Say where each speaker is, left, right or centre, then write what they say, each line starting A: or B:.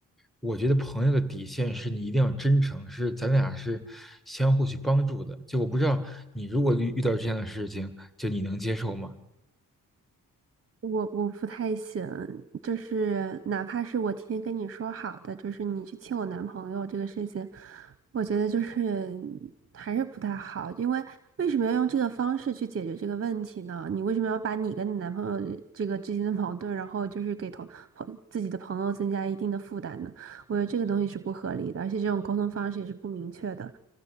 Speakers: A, in the centre; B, on the right.
A: 我觉得朋友的底线是你一定要真诚，是咱俩是相互去帮助的。就我不知道你如果遇遇到这样的事情，就你能接受吗？
B: 我我不太行，就是哪怕是我提前跟你说好的，就是你去亲我男朋友这个事情，我觉得就是还是不太好，因为为什么要用这个方式去解决这个问题呢？你为什么要把你跟你男朋友的这个之间的矛盾，然后就是给同朋自己的朋友增加一定的负担呢？我觉得这个东西是不合理的，而且这种沟通方式也是不明确的。